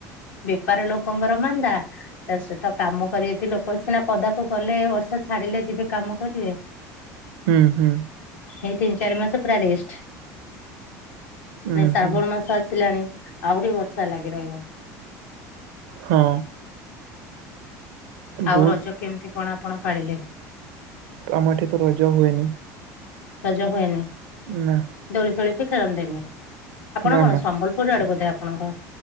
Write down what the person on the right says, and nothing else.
ହୁଁ ହୁଁ।
ହୁଁ
ହୁଁ
ହଁ।
ବହୁତ
ଆମ ଏଠି ତ ରଜ ହୁଏନି।
ନା।
ନା
ନା